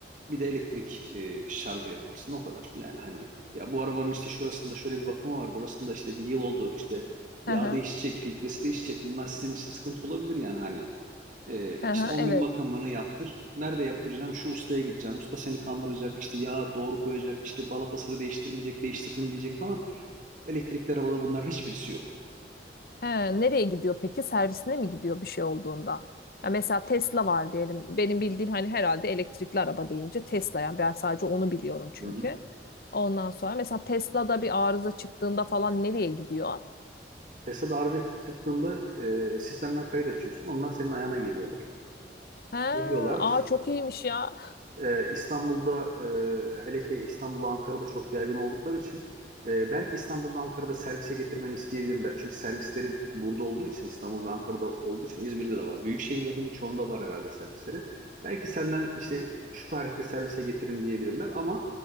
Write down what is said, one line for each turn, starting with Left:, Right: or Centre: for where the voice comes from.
Right: bir de elektrik e, şarjı yaparsın o kadar. Yani hani ya bu arabanın işte şurasında şöyle bir bakımı var. Burasında işte bir yıl oldu işte yağ
Left: Hı hı,
Right: değişecek, filtresi değişecek. Bunlar sizin için sıkıntı olabilir yani hani. Ee,
Left: hı
Right: işte
Left: hı,
Right: 10
Left: evet.
Right: bin bakımını yaptır. Nerede yaptıracağım? Şu ustaya gideceğim. Usta seni kandıracak. İşte yağ doğru koyacak. İşte balatasını değiştirmeyecek. Değiştirdim diyecek falan. Elektrikli arabada bunların hiçbirisi yok.
Left: He, nereye gidiyor peki? Servisine mi gidiyor bir şey olduğunda? Ya mesela Tesla var diyelim. Benim bildiğim hani herhalde elektrikli araba deyince Tesla yani ben sadece onu biliyorum çünkü.
Right: Hı hı.
Left: Ondan sonra mesela Tesla'da bir arıza çıktığında falan nereye gidiyor?
Right: Tesla'da araca çıktığında e, sistemden kayıt açıyorsun. Onlar senin ayağına geliyorlar.
Left: He,
Right: Geliyorlar.
Left: aa çok iyiymiş ya.
Right: Ee, İstanbul'da e, hele ki İstanbul'da Ankara'da çok yaygın oldukları için e, belki İstanbul'da Ankara'da servise getirmeni isteyebilirler. Çünkü servisleri burada olduğu için İstanbul ve Ankara'da olduğu için İzmir'de de var. Büyük şehirlerin birçoğunda var herhalde servisleri. Belki senden işte şu tarihte servise getirin diyebilirler ama